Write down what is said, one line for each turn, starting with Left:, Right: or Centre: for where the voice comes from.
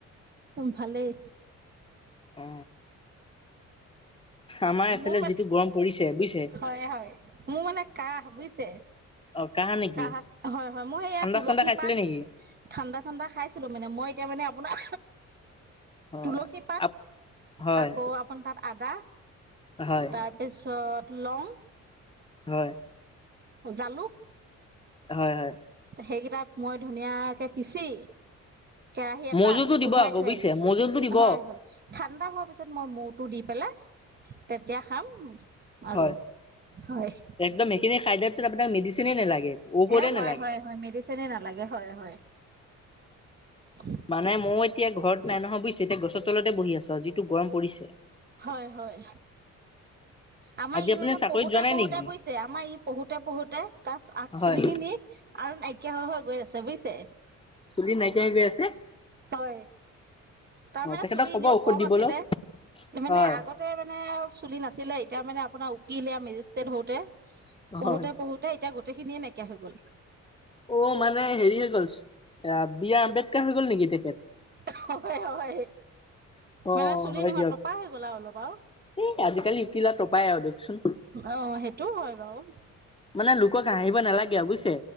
Right: ভালেই।
Left: অ। আমাৰ এফালে
Right: মোৰ মানে
Left: যিটো গৰম পৰিছে বুইজ।
Right: হয়, হয়, মোৰ মানে কাহ বুইছে।
Left: অ কাহা নেকি
Right: কাহ হয়, হয়, মই এ য়া
Left: ঠাণ্ডা
Right: তুলসী
Left: চাণ্ডা খাইছিলে
Right: পাত।
Left: নেকি?
Right: ঠাণ্ডা চাণ্ডা খাইছিলো মানে মই এতিয়া মানে আপোনাৰ।
Left: হয়।
Right: তুলসী পাত
Left: আপ হয়
Right: আকৌ আপোনাৰ তাত আদা।
Left: হয়।
Right: তাৰপিছত লং।
Left: হয়।
Right: জালুক।
Left: হয়, হয়।
Right: সেইগেইটা মই ধুনীয়াকে পিছি। কেৰাহী এটাত
Left: মৌজুলটো দিব
Right: উঠাই
Left: আকৌ
Right: থৈ
Left: বুজিছে
Right: আহিছোঁ।
Left: মৌজুলটো দিব
Right: হয়, হয়, ঠাণ্ডা হোৱা পিছত মই মোটো দি পেলাই। তেতিয়া খাম আৰু
Left: হয়
Right: হয়।
Left: একদম সেইখিনি খাই দিয়া পিছত আপোনাক মেডিচেনেই নালাগে। ঔষধে
Right: এ হয়,
Left: নালাগে।
Right: হয়, হয়, মেডিচিনে নালাগে হয়, হয়। উ।
Left: মানে মো এতিয়া ঘৰত। নাই নহয় বুজিছে এতিয়া গছৰ তলতে বহি আছ যিটো গৰম পৰিছে।
Right: হয়, হয়।
Left: <inaudible>
Right: আমাৰ ই
Left: আপুনি
Right: মানে
Left: চাকৰিত
Right: পঢ়োতে
Left: যোৱা নাই
Right: পঢ়োতে
Left: নেকি?
Right: বুজিছে আমাৰ ই পঢ়োতে পঢ়োতে তাৰ আগচুলি
Left: হয়
Right: খিনি। আৰু নাইকিয়া হৈ হৈ গৈ আছে বুইছে।
Left: চুলি নাইকিয়া হৈ গৈ আছে।
Right: হয়, তাৰমানে
Left: অ তেখেতক
Right: চুলি
Left: ক'ব
Right: এনেও
Left: ঔষধ
Right: কম
Left: দিবলৈ
Right: আছিলে মানে
Left: হয়
Right: আগত তে মানে আৰু চুলি নাছিলে এতিয়া মানে আপোনাৰ উকিল এয়া মেজিষ্ট্ৰেট হওঁতে পঢ়োতে
Left: হয়
Right: পঢ়োতে তাৰ এতিয়া গোইখিনিয়ে নাইকিয়া হৈ গ'ল।
Left: অ' মানে হেৰি হৈ গ'ল আ বি আৰ আম্বেদকাৰ হৈ গল নেকি তেখেত।
Right: হয়, হয়।
Left: <unintelligible>
Right: মানে চুলি
Left: হয়
Right: নহয়
Left: দিয়ক
Right: টপা হৈ গ'ল আউ অলপ আউ
Left: এ আজিকালি উকিল আ টপাই আৰু দকচোন।
Right: অ সেইটো হয় বাৰু।
Left: মানে লোকক হাঁহিব নালাগে আৰু বুইছে।